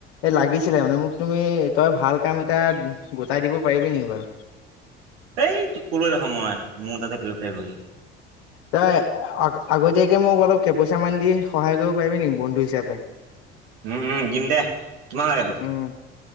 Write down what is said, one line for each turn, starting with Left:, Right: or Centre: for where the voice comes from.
Left: এই লাগিছিলে মানে মোক তুমি তই ভাল কাম এটা গোটাই দিব পাৰিবি নেকি বাৰু।
Right: এই ক'লৈ দেখো মই মোৰ তাতে কৰিব পাৰা বুলি।
Left: তই আগতীয়াকে মোক অলপ ক পইচামান দি সহায় কৰিব পাৰিবি নেকি বন্ধু হিচাপে। <unintelligible>
Right: উম, উম, দিম দে কিমান লাগে তোক?
Left: উম